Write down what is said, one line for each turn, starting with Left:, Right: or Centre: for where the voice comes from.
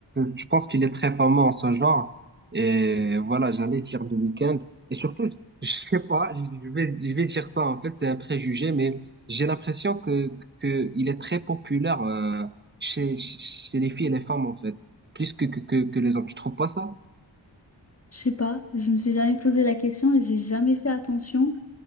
Right: je pense qu'il est très fameux en ce genre. Et voilà, j'allais dire The Weeknd. Et surtout, je sais pas, je vais, je vais dire ça, en fait, c'est un préjugé, mais j'ai l'impression que, que il est très populaire euh, chez, chez les filles et les femmes, en fait, plus que, que, que, que les hommes. Tu trouves pas ça?
Left: je sais pas, je me suis jamais posé la question et j'ai jamais fait attention.